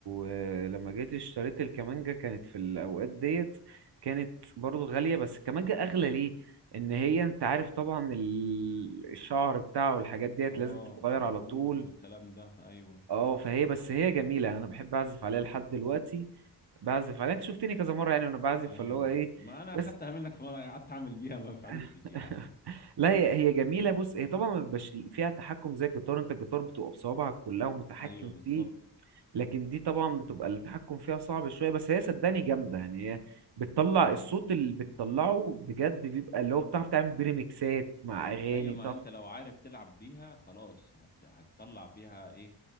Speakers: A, on the right; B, on the left.
A: آه، لما جيت اشتريت الكمانجا كانت في الاوقات ديت كانت برضو غاليه بس الكمانجا اغلى ليه ان هي انت عارف طبعا ال- الشعر بتاعه والحاجات ديت
B: اه
A: لازم تتغير
B: والعود
A: على طول
B: والكلام ده ايوه
A: اه فهي بس هي جميله يعني انا بحب اعزف عليها لحد دلوقتي بعزف عليها انت شفتني كذا مره يعني وانا بعزف
B: ايوه
A: فاللي هو ايه
B: ما انا
A: بس
B: اخدتها منك في مره قعدت اعمل بيها ما عرفتش
A: <laughs>
B: يا عم
A: لا هي هي جميله بص هي طبعا ما بيبقاش فيها تحكم زي الجيتار انت الجيتار بتبقى بصوابعك كلها ومتحكم
B: ايوه بالظبط
A: فيه لكن دي طبعا بتبقى التحكم فيها صعب شويه بس هي صدقني جامده يعني هي بتطلع الصوت اللي بتطلعه بجد بيبقى اللي هو بتعرف تعمل بيه ريميكسات مع اغاني
B: ايوه
A: بتعرف
B: ما انت لو عارف تلعب بيها خلاص هت... هتطلع بيها ايه